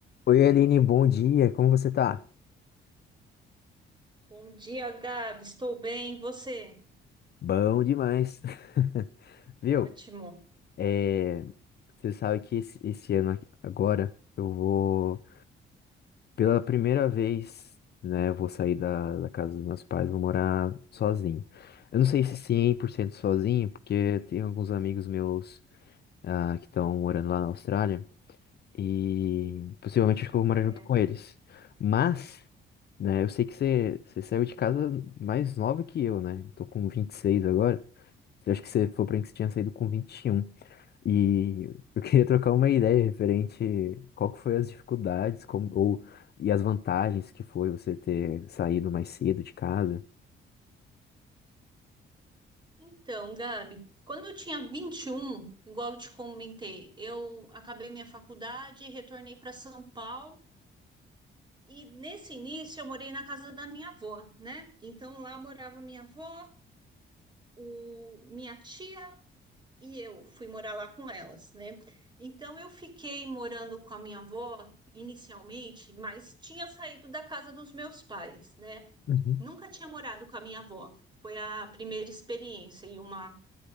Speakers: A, on the left; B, on the right.
A: Oi, Aline, bom dia, como você tá?
B: Bom dia, Gabi. Estou bem, e você?
A: Bom demais, <laughs> viu?
B: Ótimo.
A: É, você sabe que esse, esse ano aqui- agora eu vou, pela primeira vez, né, eu vou sair da, da casa dos meus pais, vou morar sozinho. Eu não sei se 100% sozinho, porque tem alguns amigos meus ah, que estão morando lá na Austrália, E possivelmente acho que eu vou morar
B: Joia.
A: junto com eles. Mas, né, eu sei que você, você saiu de casa mais nova que eu, né? Tô com 26 agora. Eu acho que você falou pra mim que você tinha saído com 21. E um. E eu <laughs> queria trocar uma ideia referente qual que foi as dificuldades, como, ou, e as vantagens que foi você ter saído mais cedo de casa.
B: Então, Gabi, quando eu tinha 21, igual eu te comentei, eu acabei minha faculdade e retornei para São Paulo. E nesse início eu morei na casa da minha avó, né? Então lá morava minha avó, o, minha tia e eu fui morar lá com elas, né? Então eu fiquei morando com a minha avó inicialmente, mas tinha saído da casa dos meus pais, né?
A: Uhum,
B: Nunca tinha morado com a minha avó. Foi a primeira experiência e uma,